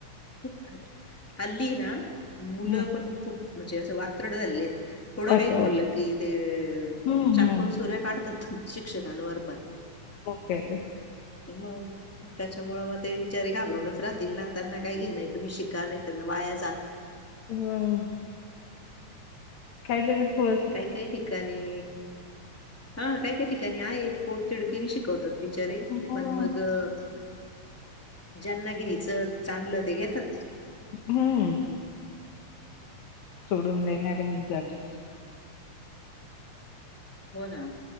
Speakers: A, in the centre; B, on the left (about 65°).
A: खुप हल्ली ना मुलं
B: हं.
A: पण खूप म्हणजे असं वात्रट झालेले. थोडं
B: वातावरण.
A: काही बोललं कि ते,
B: हं,
A: चाकून-
B: हं.
A: सुर्या काढतात शिक्षकांवर पण.
B: ते तर
A: ते ना त्याच्यामुळं मग ते बिचारे घाबरूनचं राहतील ना. त्यांना काही घेणं ये तुम्ही शिका नाही तर वाया जा.
B: हम्म, काय दिली पोझ
A: काही -काही ठिकाणी, हा काय- काय ठिकाणी आहे. पोटतेरीकीने शिकवतात बिचारे
B: हो.
A: पण मग अं ज्यांना घ्यायचं चांगलं ते घेतात.
B: हम्म, सोडून देणारे म्हणतात.
A: हो ना.